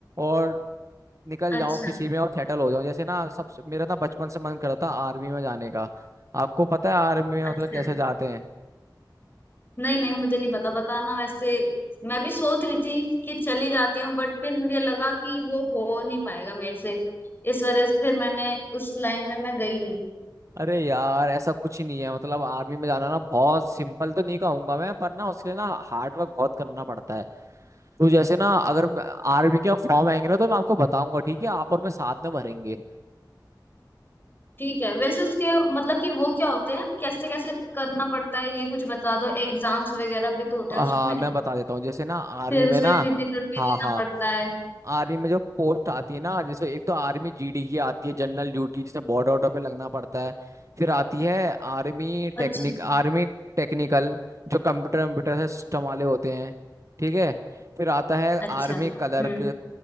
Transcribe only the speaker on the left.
अच्छा
अच्छा।
नहीं नहीं मुझे नहीं पता बताना वैसे मैं भी सोच रही थी कि चली जाती हूँ बट फिर मुझे लगा कि वो हो नहीं पाएगा मेरे से इस वजह से फिर मैंने उस लाइन में मैं गई नहीं
ठीक है वैसे उसके मतलब कि वो क्या होते हैं कैसे कैसे करना पड़ता है ये कुछ बता दो एग्जाम्स वगैरह भी तो होते
हैं उसमें
फिर
उसमें
फिजिकल भी
देना
पड़ता है
अच्छा
अच्छा
हम्म